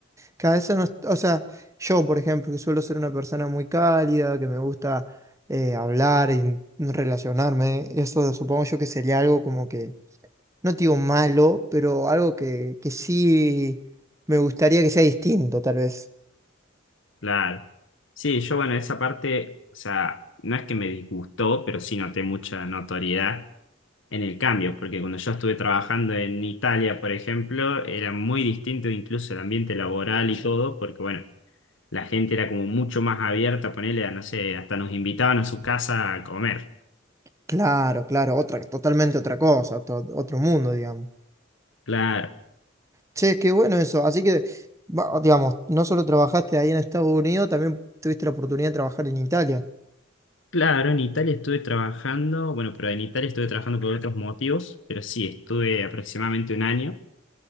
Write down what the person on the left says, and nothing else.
Claro. Sí, yo bueno, esa parte, o sea, no es que me disgustó, pero sí noté mucha notoriedad en el cambio, porque cuando yo estuve trabajando en Italia, por ejemplo, era muy distinto incluso el ambiente laboral y todo, porque bueno, la gente era como mucho más abierta, ponerle a, no sé, hasta nos invitaban a su casa a comer.
Claro,
claro, en Italia estuve trabajando, bueno, pero en Italia estuve trabajando por otros motivos, pero sí, estuve aproximadamente un año.